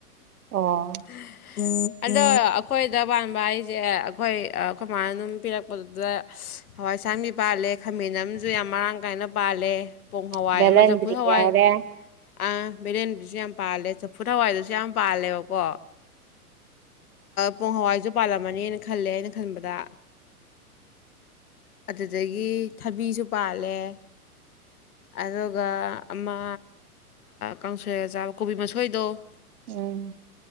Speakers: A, on the right (about 70°); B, on the left (about 70°).
A: ꯑꯣ
B: <unintelligible> ꯑꯗꯣ ꯑꯩꯈꯣꯏꯗ ꯄꯥꯟꯕ ꯍꯥꯏꯁꯦ ꯑꯩꯈꯣꯏ ꯈꯨꯃꯥꯏꯅ ꯑꯗꯨꯝ ꯄꯤꯔꯛꯄꯗꯨꯗ ꯍꯋꯥꯏꯁꯥꯡꯕꯤ ꯄꯥꯜꯂꯦ ꯈꯥꯃꯦꯟ ꯑꯃꯁꯨ ꯌꯥꯝ ꯃꯔꯥꯡ ꯀꯥꯏꯅ ꯄꯥꯜꯂꯦ ꯄꯣꯡ ꯍꯋꯥꯏ
A: ꯕꯦꯂꯟꯗ꯭ꯔꯤ
B: ꯑꯃ ꯆꯝꯐꯨꯠ ꯍꯋꯥꯏ
A: ꯌꯥꯎꯔꯦ
B: ꯑ ꯕꯤꯔꯌꯥꯅꯤꯗꯨꯁꯨ ꯌꯥꯝ ꯄꯥꯜꯂꯦ ꯆꯐꯨ ꯍꯋꯥꯏꯗꯨꯁꯨ ꯌꯥꯝ ꯄꯥꯜꯂꯦꯕ ꯀꯣ ꯄꯨꯡ ꯍꯋꯥꯏꯖ ꯄꯥꯜꯂꯝꯃꯅꯤꯅ ꯈꯜꯂꯦ ꯑꯩꯅ ꯈꯟꯕꯗ ꯑꯗꯨꯗꯒꯤ ꯊꯕꯤꯁꯨ ꯄꯥꯜꯂꯦ ꯑꯗꯨꯒ ꯑꯃ ꯀꯥꯡꯁꯣꯏ ꯆꯥꯕ ꯀꯣꯕꯤ ꯃꯁꯣꯏꯗꯣ
A: ꯎꯝ